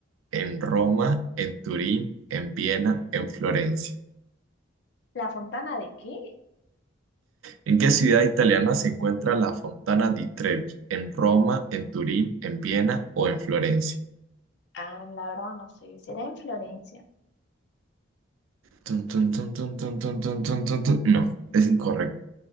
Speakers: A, on the right; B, on the left.
A: ¿En Roma, en Turín, en Viena, en Florencia?
B: ¿La fontana de qué?
A: ¿En qué ciudad italiana se encuentra la Fontana di Trevi? ¿En Roma, en Turín, en Viena o en Florencia?
B: Ah, la verdad no sé. ¿Será en Florencia?
A: Tun, tun, tun, tun, tun, tun, tun, tun, tun, tun. No, es incorrecto.